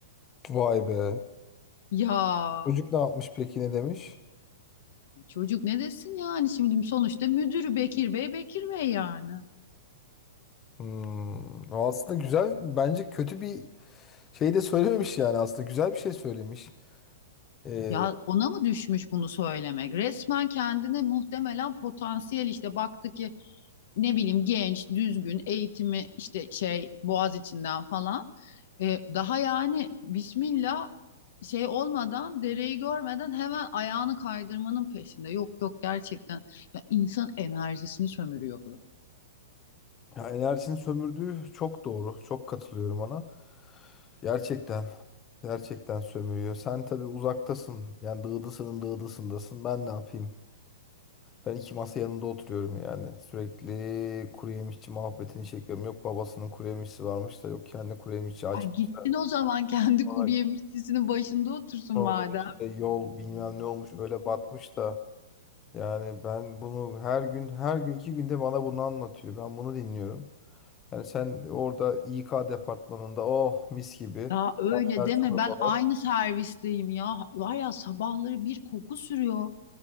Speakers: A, on the left; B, on the left.
A: Vay be.
B: ya
A: Çocuk ne yapmış peki ne demiş?
B: çocuk ne desin yani şimdi sonuçta müdürü Bekir Bey Bekir Bey yani.
A: Hmm. o Aslında güzel bence kötü bir şey de söylememiş yani aslında güzel bir şey söylemiş. Ee,
B: Ya ona mı düşmüş bunu söylemek? Resmen kendine muhtemelen potansiyel işte baktı ki ne bileyim genç, düzgün, eğitimi işte şey Boğaziçi'nden falan. Ee, daha yani Bismillah şey olmadan dereyi görmeden hemen ayağını kaydırmanın peşinde. Yok yok gerçekten ya insan enerjisini sömürüyor bu.
A: ya enerjinin sömürdüğü çok doğru. Çok katılıyorum ona. Gerçekten. Gerçekten sömürüyor. Sen tabii uzaktasın. Yani dağdasının dağdasındasın. Ben ne yapayım? Ben iki masa yanında oturuyorum yani. Sürekli kuru yemişçi muhabbetini çekiyorum. Yok babasının kuru yemişçisi varmış da yok kendi kuru yemişçi açmışlar.
B: Ay gitsin o zaman kendi
A: Sonra,
B: kuru yemişçisinin başında otursun
A: sonra
B: madem.
A: işte yol bilmem ne olmuş öyle batmış da. Yani ben bunu her gün her gün iki günde bana bunu anlatıyor. Ben bunu dinliyorum. Yani sen orada İK departmanında oh mis gibi.
B: Ya öyle
A: Her
B: deme
A: çorbalar.
B: ben aynı servisteyim ya. Var ya sabahları bir koku sürüyor.